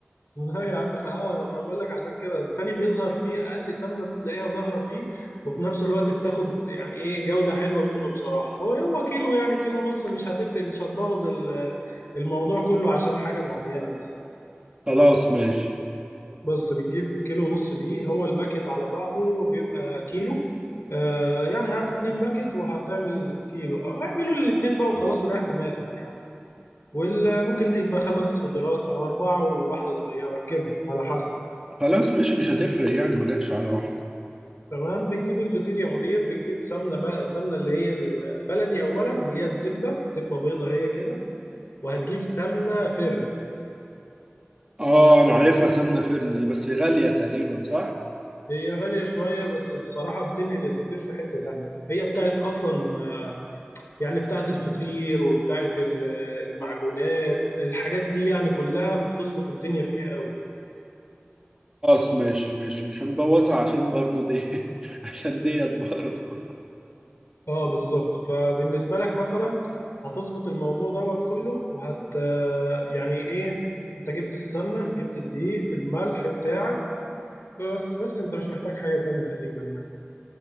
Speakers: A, on the left (about 85°); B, on the right (about 15°).
A: <laughs> لا يا عم خ- اه انا بقول لك عشان كده التاني بيظهر فيه اقل سمنه بتلاقيها ظاهره فيه وفي نفس الوقت بتاخد يعني ايه جوده حلوه منه بصراحه هو هو كيلو يعني كيلو ونص مش هتفرق مش هتبوظ ال- الموضوع كله عشان حاجه معينه بس
B: خلاص ماشي
A: بس بتجيب كيلو ونص دقيق هو الباكت على بعضه بيبقى كيلو آه يعني هات اتنين باكت وهتعمل كيلو او اعملوا الاتنين بقى وخلاص وريح دماغك يعني وممكن تبقى خمس فطيرات او اربعه وواحده صغيره كده على حسب
B: خلاص ماشي مش هتفرق يعني ما جاتش على واحده
A: تمام بتجيب الفطير يا مدير بتجيب سمنه بقى سمنه اللي هي البلدي اولا اللي هي الزبده تبقى بيضه هي كده وهتجيب سمنه فرن
B: اه انا عارفها سمنه فردي دي بس غاليه تقريبا صح
A: هي غاليه شويه بس بصراحه بتنقل الفطير في حته تانية هي بتاعت اصلا آه، يعني بتاعت الفطير وبتاعت ال- المعجونات الحاجات دي يعني كلها بتظبط الدنيا فيها قوي
B: خلاص ماشي ماشي مش هنبوظها عشان برنو دي <laughs> عشان ديت برضه
A: اه بالظبط فبالنسبة لك مثلا هتظبط الموضوع دوت كله وهت يعني ايه انت جبت السمنة جبت الدقيق الملح بتاعك بس بس انت مش محتاج حاجة تاني تقريبا يعني